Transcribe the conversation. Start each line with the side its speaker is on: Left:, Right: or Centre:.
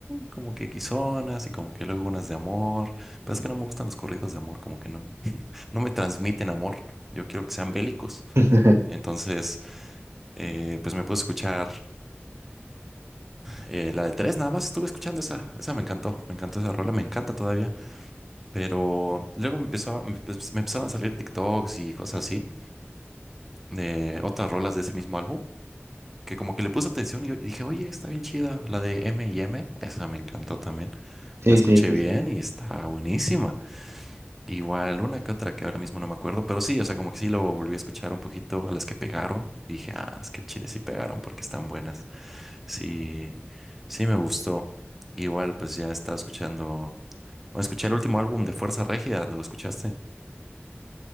Centre: como que quizonas y como que luego unas de amor. Pero es que no me gustan los corridos de amor, como que no, no me transmiten amor. Yo quiero que sean bélicos.
Right: <laughs>
Centre: Entonces, eh, pues me puse a escuchar eh, la de tres, nada más estuve escuchando esa, esa me encantó, me encantó esa rola, me encanta todavía. Pero luego me empezó, me, empe- me empezaron a salir TikToks y cosas así de otras rolas de ese mismo álbum, que como que le puse atención y, yo- y dije, oye, está bien chida, la de M y M, esa me encantó también.
Right: Sí,
Centre: La escuché
Right: sí, sí,
Centre: bien
Right: sí.
Centre: y está buenísima. Igual una que otra que ahora mismo no me acuerdo, pero sí, o sea, como que sí lo volví a escuchar un poquito a las que pegaron. Y dije, ah, es que el chile sí pegaron porque están buenas. Sí, sí me gustó. Igual, pues ya estaba escuchando. Bueno, escuché el último álbum de Fuerza Regida, ¿lo escuchaste?